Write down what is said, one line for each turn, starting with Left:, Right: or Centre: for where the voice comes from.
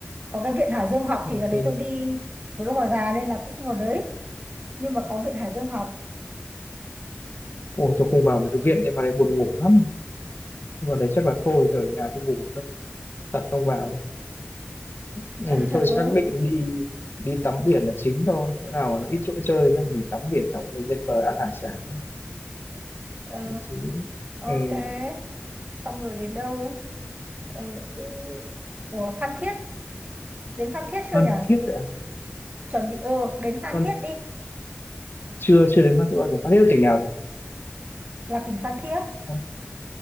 Right: có cái viện Hải Dương học
Left: Là
Right: thì là đấy
Left: Vin.
Right: tôi đi với ông bà già nên là cũng không vào đấy nhưng mà có viện Hải Dương học
Left: Ôi tôi không vào mấy cái viện nên vào đấy buồn ngủ lắm. Vào đấy chắc là thôi tôi ở nhà tôi ngủ thôi. Thật không vào đâu. Ừ.
Right: <laughs>
Left: Thôi xác định đi đi tắm biển là chính thôi. Chỗ nào mà nó ít chỗ chơi cho mình tắm biển xong mình lên bờ ăn hải sản
Right: Ờ, ờ,
Left: chí ừ.
Right: ok xong rồi đến đâu ừ, ừ. Ủa Phan Thiết đến Phan Thiết chưa
Left: Phan
Right: nhỉ
Left: Thiết ạ
Right: chuẩn bị ừ đến Phan
Left: con
Right: Thiết đi
Left: chưa chưa đến Phan Thiết bao giờ Phan Thiết là tỉnh nào nhỉ
Right: là tỉnh Phan Thiết
Left: Phan-